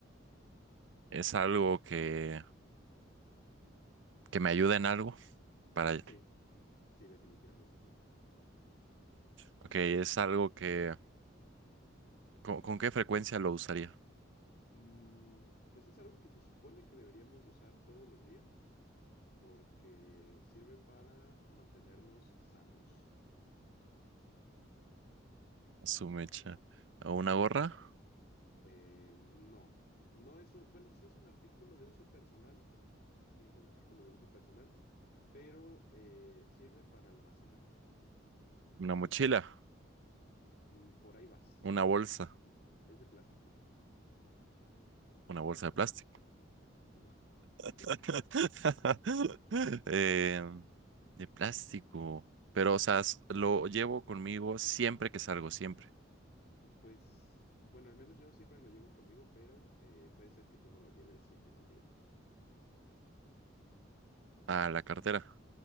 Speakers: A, on the right; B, on the left.
A: Es algo que, que me ayuda en algo para... <laughs>
B: Sí, sí, definitivamente sí.
A: Ok, es algo que... ¿Con, con qué frecuencia lo usaría?
B: Mm, pues es algo que se supone que deberíamos de usar todos los días porque sirve para mantenernos sanos.
A: Su mecha. Una gorra,
B: Eh, no, no es un, bueno, sí es un artículo de uso personal, sí es un artículo de uso personal, pero eh, sirve para almacenar
A: una
B: algo.
A: mochila,
B: Mm, por ahí vas,
A: una bolsa,
B: es de plástico.
A: una bolsa de plástico.
B: No. <laughs>
A: <laughs> Eh, de plástico. Pero, o sea, s- lo llevo conmigo siempre que salgo, siempre.
B: Pues, bueno, al menos yo siempre lo llevo conmigo, pero eh, puede ser que tú no lo lleves siempre contigo.
A: A la cartera.